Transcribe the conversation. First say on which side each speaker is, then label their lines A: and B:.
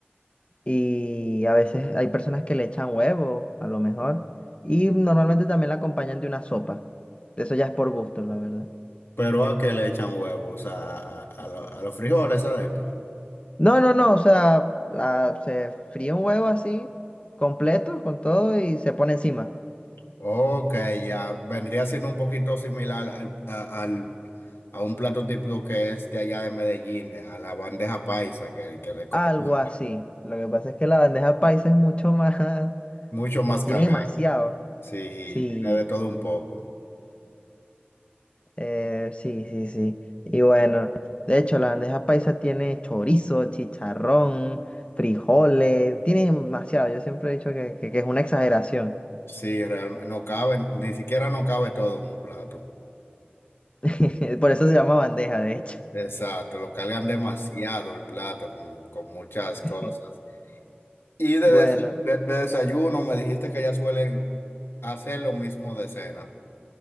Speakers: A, on the left; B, on the left.
A: y a veces hay personas que le echan huevo, a lo mejor. Y normalmente también la acompañan de una sopa. Eso ya es por gusto, la verdad.
B: Pero a qué le echan huevos, a, a- a lo- a los frijoles adentro.
A: No, no, no, o sea, ah, se fríe un huevo así, completo, con todo, y se pone encima.
B: Ok, ya vendría siendo un poquito similar al, a, al- a un plato típico que es de allá de Medellín, a la bandeja paisa, que, que le colocan
A: Algo así. Lo que pasa es que la bandeja paisa es mucho más... <laughs>
B: mucho más
A: Tiene
B: cargada.
A: demasiado.
B: Sí,
A: Sí,
B: tiene de todo un poco.
A: eh, sí, sí, sí. Y bueno, de hecho, la bandeja paisa tiene chorizo, chicharrón, frijoles, tiene demasiado. Yo siempre he dicho que, que- que es una exageración.
B: Sí, realmente no cabe, ni siquiera no cabe todo en un plato.
A: <laughs> Por eso se llama bandeja, de hecho.
B: Exacto, lo cargan demasiado el plato con, con muchas cosas.
A: <laughs>
B: Y de,
A: Bueno,
B: des- de- de desayuno me dijiste que ya suelen hacer lo mismo de cena.